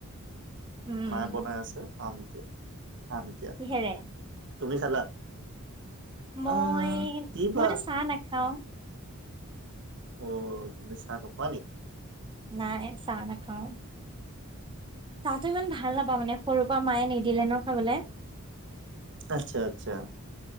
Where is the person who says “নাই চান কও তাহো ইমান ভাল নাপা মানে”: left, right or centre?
Right